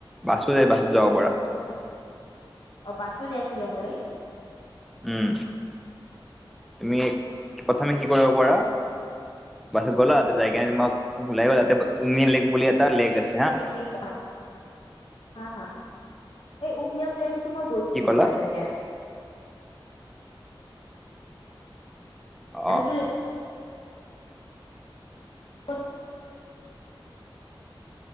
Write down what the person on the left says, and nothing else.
অ <inaudible> অ বাছো দিয়া শ্বিলঙলৈ।
কেনেকে হা, হা হা এই উমিয়ম লেক টো মই গৈছিলো
তালৈকে
সেইটো লেক উত